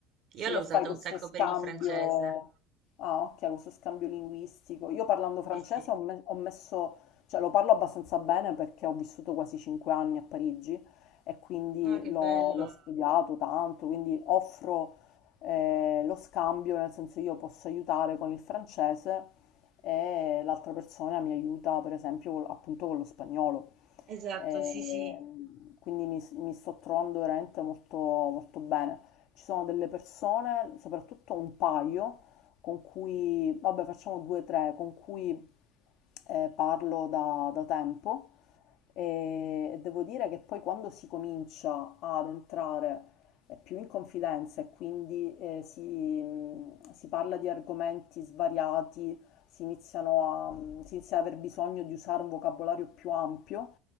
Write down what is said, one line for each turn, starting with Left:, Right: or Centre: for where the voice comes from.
Left: Sì,
Right: Io l'ho
Left: e
Right: usata
Left: fai questo
Right: un sacco
Left: scambio,
Right: per il francese.
Left: ah, ok, questo scambio linguistico. Io parlando francese
Right: Sì, sì.
Left: ho, me- ho messo, cioè lo parlo abbastanza bene perché ho vissuto quasi cinque anni a Parigi e quindi
Right: Ah, che
Left: l'ho
Right: bello.
Left: l'ho studiato tanto, quindi offro eh, lo scambio, nel senso io posso aiutare con il francese e l'altra persona mi aiuta per esempio col- appunto con lo spagnolo.
Right: Esatto,
Left: Ehm,
Right: sì, sì.
Left: quindi mi, mi sto trovando veramente molto, molto bene. Ci sono delle persone, soprattutto un paio, con cui, vabbè, facciamo due o tre, con cui eh, parlo da, da tempo e, e devo dire che poi quando si comincia ad entrare eh, più in confidenza e quindi eh, si, mh, si parla di argomenti svariati, si iniziano a, si inizia ad aver bisogno di usare un vocabolario più ampio,